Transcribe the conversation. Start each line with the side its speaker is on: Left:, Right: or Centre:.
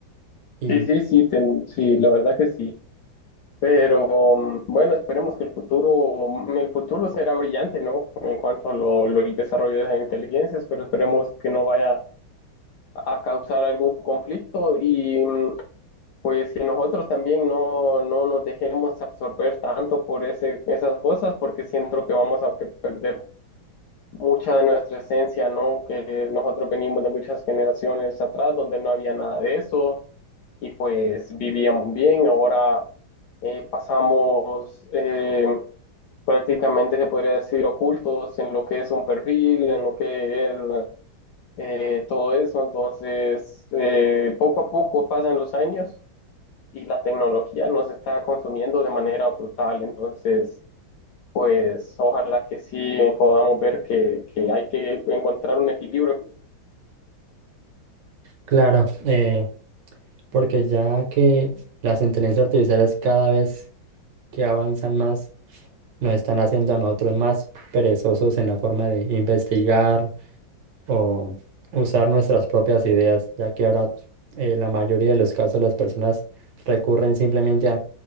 Right: Y
Left: Sí, sí, sí, ten- sí, la verdad que sí. Pero mm, bueno, esperemos que el futuro, mm, el futuro será brillante, ¿no? En cuanto a lo, lo- el desarrollo de las inteligencias, pero esperemos que no vaya a causar algún conflicto y mm, pues que nosotros también no, no nos dejemos absorber tanto por ese, esas cosas, porque siento que vamos a que perder mucha de nuestra esencia, ¿no? Que nosotros venimos de muchas generaciones atrás donde no había nada de eso y pues vivíamos bien. Ahora eh, pasamos eh, prácticamente, se podría decir, ocultos en lo que es un perfil, en lo que es eh, todo eso. Entonces, eh, poco a poco pasan los años y la tecnología nos está consumiendo de manera brutal. Entonces, pues ojalá que sí podamos ver que, que hay que encontrar un equilibrio.
Right: Claro, eh, porque ya que las inteligencias artificiales cada vez que avanzan más, nos están haciendo a nosotros más perezosos en la forma de investigar o usar nuestras propias ideas, ya que ahora eh, la mayoría de los casos las personas recurren simplemente a